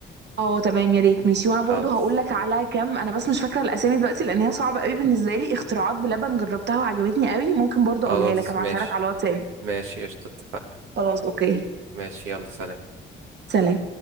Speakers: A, on the right (about 60°); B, on the right (about 85°).
A: اه تمام يا ريت ماشي وانا
B: خلاص
A: برضو هقول لك على كام انا بس مش فاكره الاسامي دلوقتي لان هي صعبه قوي بالنسبه لي اختراعات بلبن جربتها وعجبتني قوي ممكن برضو
B: خلاص
A: اقولها لك ابعتها
B: ماشي
A: لك على الواتساب
B: ماشي قشطة اتفقنا
A: خلاص اوكي
B: ماشي يلا سلام
A: سلام